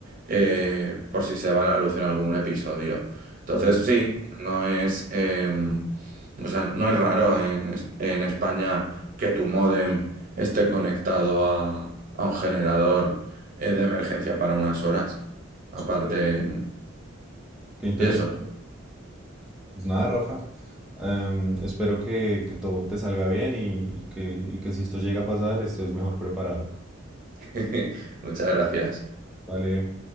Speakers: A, on the right; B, in the centre.
A: eh, por si se va la luz en algún episodio. Entonces,
B: ok,
A: sí, no es, eh, o sea, no es raro en, Es- en España que tu módem esté conectado a, a un generador eh, de
B: no,
A: emergencia para unas horas. Aparte,
B: súper, Qué interesante.
A: y eso.
B: Pues nada, Rafa. em, espero que, que todo te salga bien y, y que, y que si esto llega a pasar, estés mejor preparado.
A: <laughs> Muchas gracias.
B: Vale.